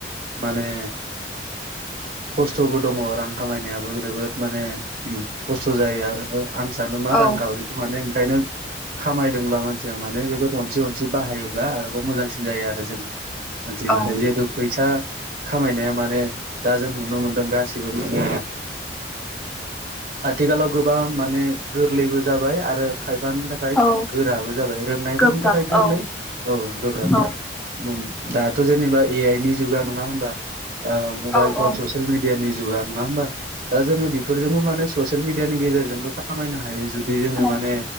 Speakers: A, on the right (about 50°); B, in the centre.
A: माने खस्थ'बो दङ आरो खामायनायाबो जोबोद माने खस्थ' जायो आरो आं सानो मा
B: औ
A: रांखावरिखौ माने ओंखायनो खामायदोंब्ला मानसिया माने जोबोद अनसि अनसि बाहायोब्ला आरोबाव मोजांसिन जायो आरो जों मानसि माहारिया
B: औ
A: जिहेथु फैसा खामायनाय माने दा जों नुनो मोनदों गासिबो माने आथिखालाव गोबां माने गोरलैबो जाबाय आरो खायफानि थाखाय
B: औ
A: गोराबो जाबाय रोंनायफोरनि
B: गोब्राब
A: थाखाय गोरलै
B: औ
A: औ गोब्राबथार
B: औ
A: दाथ' जेनेबा ए आइ नि जुगा नङा होमबा मबाइल
B: औ
A: फन
B: औ
A: ससियेल मिडिया नि जुगा नङा होमबा दा जोङो बेफोरजोंबो माने ससियेल मिडियानि गेजेरजोंबो खामायनो हायो जुदि बि जोङो
B: खानाय
A: माने
B: औ